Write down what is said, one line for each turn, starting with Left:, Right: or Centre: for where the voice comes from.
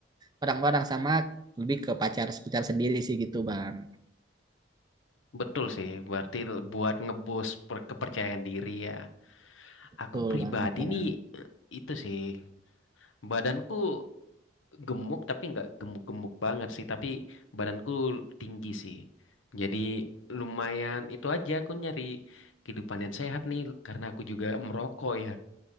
Right: orang-orang sama lebih ke pacar pacar sendiri sih gitu bang
Left: betul sih. Berarti buat ngeboost per- kepercayaan diri ya.
Right: betul
Left: Aku pribadi
Right: banget bang
Left: nih eh, itu sih badanku gemuk tapi nggak gemuk-gemuk banget sih tapi badanku tinggi sih. Jadi lumayan itu aja aku nyari kehidupan yang sehat nih karena aku juga merokok ya.